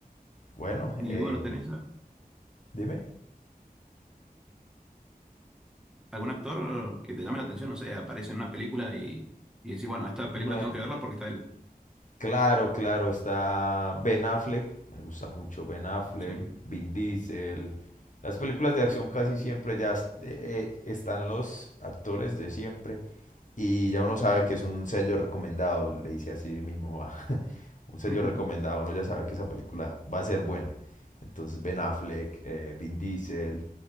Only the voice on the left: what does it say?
Bueno, eh,
dime.
Me-
Claro, claro, está Ben Affleck, me gusta mucho Ben Affleck,
Vin Diesel. Las películas de acción casi siempre ya est- eh, eh, están los actores de siempre y ya uno sabe que es un sello recomendado, le dice así mi mamá. <laughs> un sello
recomendado, uno ya sabe que esa película va a ser buena. Entonces Ben Affleck, eh, Vin Diesel,